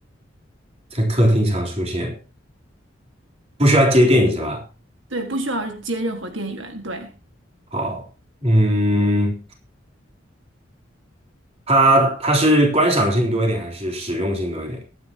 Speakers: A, on the right (about 35°); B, on the right (about 80°).
A: 在客厅常出现，不需要接电影是吧？
B: 对，不需要接任何电源，对，
A: 好，嗯，它它是观赏性多一点还是实用性多一点？